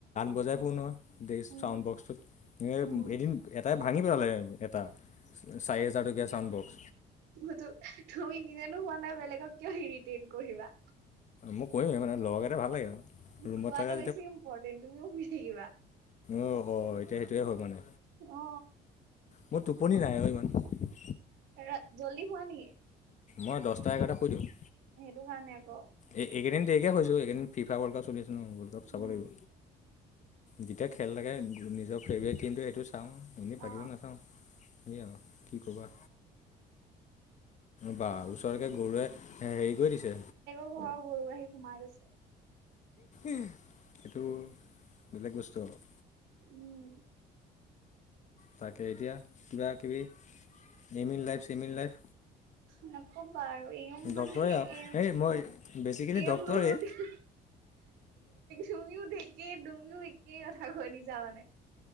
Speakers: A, on the left; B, on the right.
A: বজাই ফুৰো নহয়
B: উম
A: চাউণ্ড বক্সটোত।
B: উম
A: এদিন এটাই ভাঙি পেলালে এটা, চাৰি হাজাৰ টকীয়া চাউণ্ড বক্স
B: অটো, তুমি নিজেনো শুৱা নাই বেলেগক কিয় ইৰিটেট কৰিবা?
A: মই কৰিমেই মানে লগ এটা ভাল লাগে আৰু।
B: শুৱাটো
A: ৰুমত থকা
B: বেছি ইম্পৰ্টেণ্ট, তুমিও শুই থাকিবা।
A: অ', এতিয়া সেইটোয়ে হ'ল মানে
B: অ
A: মোৰ, টোপনি নাহে ইমান সোনকালে।
B: ৰা, জল্দি হোৱা নেকি?
A: মই দহটা এঘাৰটাত শুই দিওঁ।
B: সেইটো কাৰণে আকৌ
A: এইকে এককেইদিন দেৰিকে শুইছো ফিফা ৱৰ্ল্ড কাপ চলিছে ন অলপ চাব
B: উম
A: লাগিব। যেতিয়া খেল থাকে, নিজৰ ফেভৰেট টিমটো সেইটো চাওঁ এনেই বাকীবোৰ
B: অ
A: নাচাওঁ সেই আৰু কি কবা। বা ওচৰতে গৰুৱে হেৰি কৰি দিছে
B: লোকৰ ঘৰৰ গৰু আহি সোমাই গৈছে।
A: এইেটো বেলেগ বস্তু আৰু।
B: উম।
A: তাকে, এতিয়া কিবা - কিবি এমিল লাইফ, চেম ইণ লাইফ?
B: নকবা আৰু এই মানে
A: ডক্তৰে
B: সেই
A: আৰু
B: এ <unintelligible>
A: এই মই বেচিকেলি ডক্তৰেই
B: এইটোৱেই টো, তুমিও একেই তুমিও একেই কথা কৈ দিছা মানে।